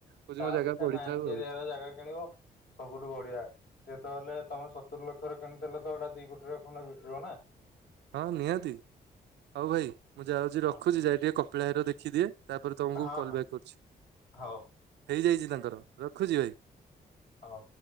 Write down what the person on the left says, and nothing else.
ତା
ଅପେକ୍ଷା
ମାଇନ୍ସ
ଏରିଆରେ ଜାଗା କିଣିବ ସବୁଠୁ ବଢିଆ। ସିଏ ତ ହେଲେ ତମେ ସତୁରି ଲକ୍ଷରେ କିଣିଥିଲ ତ ଏଇଟା ଦି କୋଟିର ପୁଣି ବିକିବ ନା।
ହଁ
ହଁ
ହଉ
ହ।